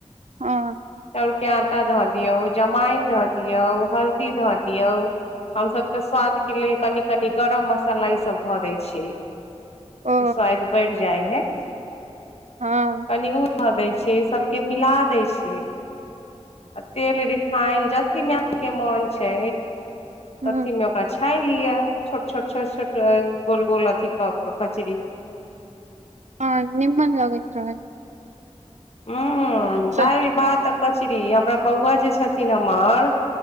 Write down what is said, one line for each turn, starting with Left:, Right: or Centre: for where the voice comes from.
Right: हँ
Left: चाउरके आटा धऽ दियऔ जमाइन धऽ दियऔ हल्दी धऽ दियऔ हम सभके स्वाद के लेल कनि कनि गरम मसाला ई सब धऽ दै छियै त
Right: ओ
Left: स्वाद बढ़ जाय हइ
Right: हँ
Left: कनि ओ ध दै छियै सबके मिला दै छियै आ तेल रिफाइन अथी के मोन छै
Right: हूँ
Left: अथिमे ओकरा छानि लिअ छोट छोट छोट छोट गोल गोल अधिक कचरी
Right: हँ निमन लागैत रहै छै
Left: हूँ दाल
Right: तऽ
Left: भात कचरी हमरा बौआ जे छथिन हमर